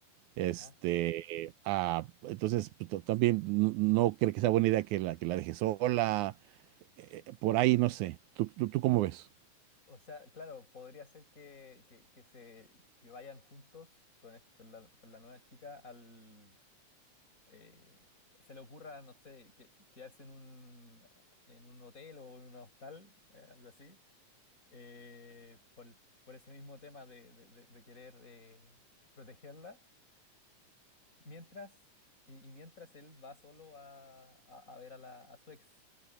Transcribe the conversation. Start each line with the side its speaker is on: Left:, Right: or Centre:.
Right: Este,
Left: Ajá.
Right: ah, entonces pues, to- también no, no creo que sea buena idea que la, que la deje sola, eh, por ahí, no sé. ¿Tú, tú, tú cómo ves?
Left: O sea, claro, podría ser que, que, que se que vayan juntos con, es- con la, con la nueva chica al eh, se le ocurra, no sé, que, quedarse en un en un hotel o en un hostal, eh, algo así, eh, por, el- por ese mismo tema de, de- de- de querer eh, protegerla, mientras y, y mientras él va solo a, a, a ver a la a su ex,